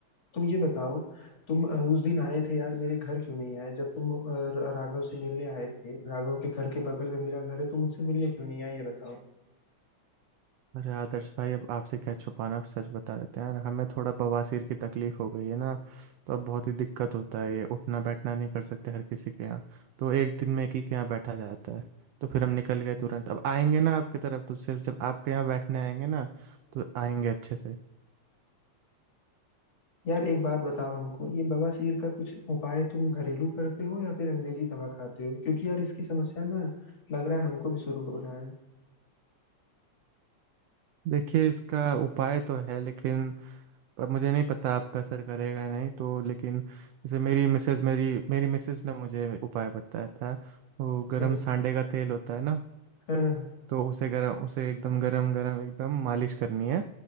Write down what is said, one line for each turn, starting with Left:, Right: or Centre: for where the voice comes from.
Left: तुम ये बताओ तुम अ, उस दिन आए थे यार मेरे घर क्यों नहीं आए जब तुम अ, राघव से मिलने आए थे राघव के घर के बगल में मेरा घर है तुम मुझसे मिलने क्यों नहीं आए ये बताओ
Right: अरे आदर्श भाई अब आपसे क्या छुपाना अब सच बता देते हैं यार हमें थोड़ा बवासीर की तकलीफ हो गई है ना तो अब बहुत ही दिक्कत होता है ये उठना बैठना नहीं कर सकते हर किसी के यहाँ तो एक दिन में एक ही के यहाँ बैठा जाता है तो फिर हम निकल गए तुरंत अब आएंगे ना आपकी तरफ तो सिर्फ जब आपके यहाँ बैठने आएंगे ना तो आएंगे अच्छे से
Left: यार एक बात बताओ हमको ये बवासीर का कुछ उपाय तुम घरेलू करते हो या फिर अंग्रेजी दवा खाते हो क्योंकि यार इसकी समस्या ना लग रहा है हमको भी शुरू हो रहा है
Right: देखिए इसका उपाय तो है लेकिन पर मुझे नहीं पता आपका असर करेगा या नहीं तो लेकिन जैसे मेरी मिसेज मेरी मेरी मिसेज ने मुझे उपाय बताया था वो
Left: अच्छा
Right: गरम सांडे का तेल होता है ना
Left: हाँ
Right: तो उसे गरम उसे एकदम गरम गरम एकदम मालिश करनी है